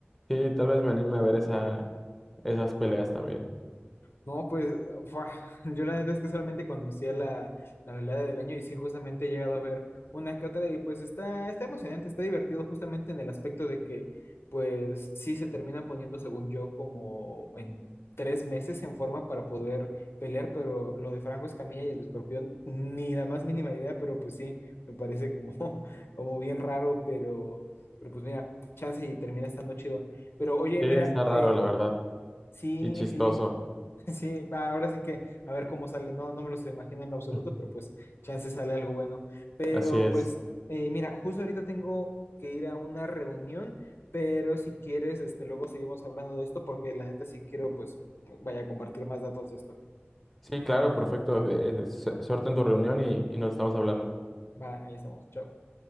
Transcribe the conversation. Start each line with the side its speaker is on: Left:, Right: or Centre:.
Centre: sí, tal vez me anime a ver esa, esas peleas también.
Left: No, pues, fua, <laughs> yo la neta es que solamente conocía la, la velada del año y sí, justamente he llegado a ver una que otra y pues está, está emocionante, está divertido justamente en el aspecto de que pues sí se terminan poniendo, según yo, como en tres meses en forma para poder pelear, pero lo de Franco Escamilla y el Escorpión, ni la más mínima idea, pero pues sí, me parece como, <laughs> como bien raro, pero, pero pues mira, chance y termina estando chido. Pero oye,
Centre: Sí,
Left: mira,
Centre: está raro,
Left: eh,
Centre: la verdad,
Left: sí,
Centre: y chistoso.
Left: sí. Sí, va, ahora sí que a ver cómo sale. No, no me los imagino en lo absoluto,
Centre: <laughs>
Left: pero pues chance sale algo bueno. Pero
Centre: Así es.
Left: pues, eh, mira, justo ahorita tengo que ir a una reunión, pero si quieres, este, luego seguimos hablando de esto porque la neta sí quiero, pues, vaya a compartir más datos de esto.
Centre: Sí, claro, perfecto. Eh, eh, su- Suerte en tu reunión y, y nos estamos hablando.
Left: Va, ahí estamos. Chao.